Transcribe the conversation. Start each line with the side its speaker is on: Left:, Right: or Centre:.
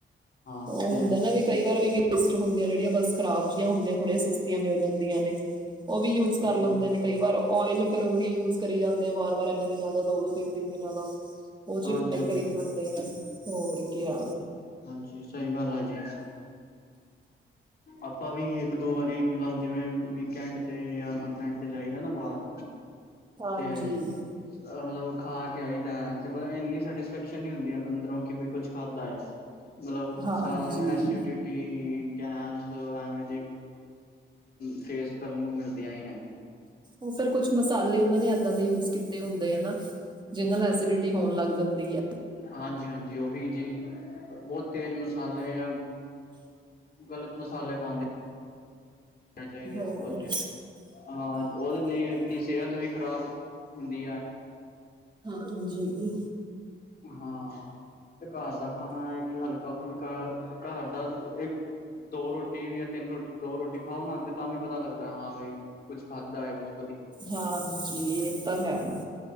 Left: ਹਾਂ
Right: ਉਹ
Left: ਤੇ
Right: ਹੁੰਦਾ ਨਾ ਵੀ ਕਈ ਵਾਰ ਵੀ ਵੇਸਟ ਹੁੰਦੇ ਜਿਹੜੀ ਬਸ ਖਰਾਬ ਜਹੀਆਂ ਹੁੰਦੀਆਂ ਥੋੜੀਆਂ ਸ ਮਿਲ ਜਾਂਦੀਆਂ ਨੇ ਉ ਵੀ ਯੂਜ ਕਰ ਲੈਂਦੇ
Left: ਹਾਂ
Right: ਨੇ ਕਈ ਵਾਰ ਓਇਲ ਫੇਰ ਉਹੀ ਯੂਜ ਕਰੀ ਜਾਂਦੇ ਆ ਵਾਰ, ਵਾਰ ਇਨੇ ਦਿਨਾਂ ਦਾ ਦੋ, ਦੋ ਤਿੰਨ, ਤਿੰਨ ਦਿਨਾਂ ਦਾ। ਉਦੇ
Left: ਹਾਂਜੀ
Right: ਚ ਫ੍ਰਾਈ
Left: ਹਾਂਜੀ
Right: ਕਰੀ ਜਾਂਦੇ ਆ ਹੋਰ ਕਿਆ।
Left: ਹਾਂਜੀ, ਸਹੀ ਗੱਲ ਐ ਜੀ। ਆਪਾਂ ਵੀ ਇੱਕ ਦੋ ਵਾਰੀ ਮਤਲਬ ਜਿਵੇਂ ਵੀਕੈਂਟ ਤੇ ਜਾਂ ਮੰਥਂ ਐਂਡ ਤੇ ਜਾਈਦਾ ਨਾ ਬਾਹਰ
Right: ਹਾਂਜੀ
Left: ਤੇ ਮਤਲਬ ਖਾ ਕੇ ਆਈਦੈ, ਤੇ ਮਤਲਬ ਇੰਨੀ ਸੈਟਿਸਫੈਕਸ਼ਨ ਨੀ ਹੁੰਦੀ ਅੰਦਰੋਂ ਕਿ ਕੁਛ ਖਾਦੈ ਏ। ਮਤਲਬ
Right: ਹਾਂਜੀ
Left: ਸਾਰਾ ਦਿਨ ਐਸੀ ਡੀਟੀ ਗੈਸ ਐਵੇ ਜੇ ਫੇਸ ਕਰਨ ਨੂੰ ਮਿਲਦੀਆਂ ਈ ਨੇ।
Right: ਉ ਫੇਰ ਕੁਛ ਮਸਾਲੇ ਉਨਾਂ ਨੇ ਏਦਾਂ ਦੇ ਯੂਜ ਕੀਤੇ ਹੁੰਦੇ ਐਨਾ। ਜਿਦੇ ਨਾਲ ਐਸੀਡਿਟੀ ਹੋਣ ਲੱਗ ਜਾਂਦੀ ਐ।
Left: ਹਾਂਜੀ, ਹਾਂਜੀ ਉਹੀ ਜੀ ਬੋਤ ਤੇਜ਼ ਮਸਾਲੇ ਜਾ ਗ਼ਲਤ ਮਸਾਲੇ ਪਾਂਦੇ ਚਾਈਦੇ
Right: ਹੋਰ
Left: ਉਹੋ ਜੇ, ਹਾਂ ਉਦੇ ਲਈ ਕਿ ਸੇਹਤ ਵੀ ਖ਼ਰਾਬ ਹੁੰਦੀ ਐ।
Right: ਹਾਂਜੀ।
Left: ਹਾਂ ਤੇ ਘਰ ਦਾ ਖਾਨਾ ਐ ਏ ਕਿ ਹਲਕਾ ਫੁਲਕਾ ਘਰ ਦਾ ਇੱਕ ਦੋ ਰੋਟੀ ਜਾਂ ਤਿੰਨ ਰੋਟੀ, ਦੋ ਰੋਟੀ ਖਾਓ ਨਾ ਤੇ ਤਾਂ ਵੀ ਪਤਾ ਲੱਗਦਾ ਹਾਂ ਬਾਈ ਕੁੱਛ ਖਾਧਾ ਏ ਕੁਛ
Right: ਹਾਂਜੀ, ਏ ਤਾਂ ਹੈਗਾ।